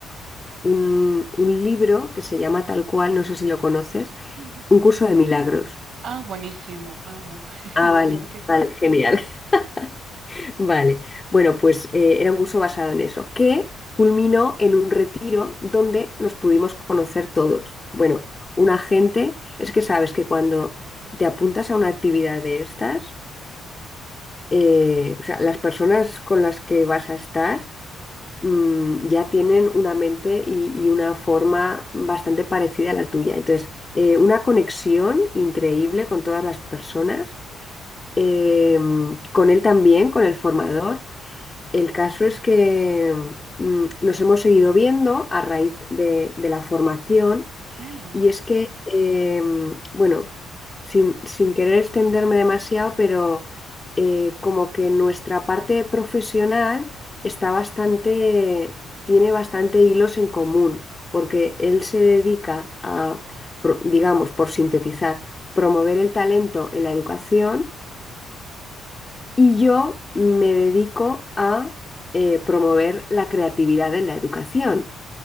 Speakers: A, on the left; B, on the right.
A: un, un libro que se llama tal cual, no sé si lo conoces,
B: Ujú.
A: Un curso de milagros.
B: Ah, buenísimo, amo. <laughs>
A: Ah, vale,
B: Claro que
A: vale,
B: sí.
A: genial. <laughs> Vale. Bueno, pues eh, era un curso basado en eso, que culminó en un retiro donde nos pudimos conocer todos. Bueno, una gente, es que sabes que cuando te apuntas a una actividad de estas, eh, o sea, las personas con las que vas a estar mm, ya tienen una mente y, y una forma bastante parecida a la tuya. Entonces, eh, una conexión increíble con todas las personas, eh, con él también, con el formador. El caso es que mm, nos hemos seguido viendo a raíz de, de la formación.
B: Mira,
A: Y es que, eh, bueno, sin, sin querer extenderme demasiado, pero eh, como que nuestra parte profesional está bastante, tiene bastante hilos en común, porque él se dedica a, pro- digamos, por sintetizar, promover el talento en la educación y yo me dedico a eh, promover la creatividad en la educación.